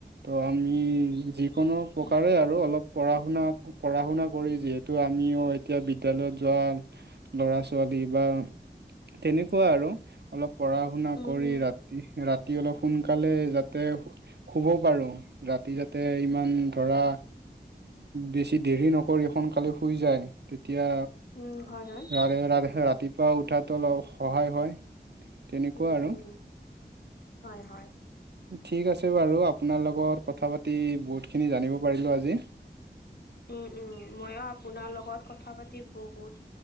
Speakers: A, on the right (about 70°); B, on the left (about 65°).
A: তো আমি যিকোনো প্ৰকাৰে
B: উম, হয়,
A: আৰু অলপ পঢ়া-শুনা, পঢ়া-শুনা কৰি যিহেতু, আমিও এতিয়া বিদ্যালয়ত যোৱা ল'ৰা-ছোৱালী কিবা তেনেকুৱা আৰু অলপ পঢ়া-শুনা
B: উম,
A: কৰি,
B: উম,
A: ৰাতি, ৰাতি অলপ সোনকালে যাতে শুব পাৰোঁ, ৰাতি যাতে ইমান ধৰা বেছি দেৰি নকৰি সোনকালে শুই যায় এতিয়া,
B: উম, হয়, হয়,
A: ৰাৰে <unintelligible> ৰাৰেহে ৰাতিপুৱা উঠাতো অলপ সহায় হয়। তেনেকুৱা
B: উম,
A: আৰু
B: উম, হয়, হয়।
A: ঠিক আছে বাৰু, আপোনাৰ লগত কথা পাতি বহুত খিনি জানিব পাৰিলোঁ আজি।
B: উম, উম। মইয়ো আপোনাৰ লগত কথা পাতি বহুত